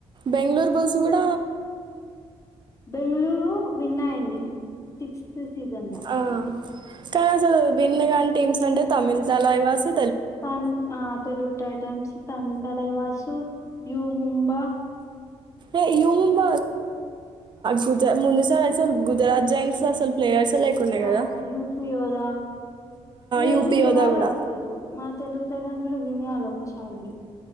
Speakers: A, on the right; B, on the left.
A: బెంగుళూర్ బుల్స్ గూడ
B: బెంగళూరు విన్ అయింది ఫిఫ్ సిక్స్త్ సీజన్ లా
A: ఆ కనసలు విన్నుగాని టీంసంటే తమిళ్ తలైవాసు
B: తమి ఆ తెలుగు టైటాన్స్ తమిల్ తలైవాసు యూ ముంబ
A: ఏ యూ ముంబ గుజ ముందు సార్ అసలు గుజరాత్ జెంట్స్ అసలు ప్లేయర్స్ లేకుండే
B: ఆ
A: కదా
B: యూపియోదా ఇవేవి
A: యూపీ
B: విన్గాలేదు
A: యోధా కూడా
B: అసలు మా తెలుగు టైటాన్స్ గూడ విన్ గాలే ఒక్కసారికి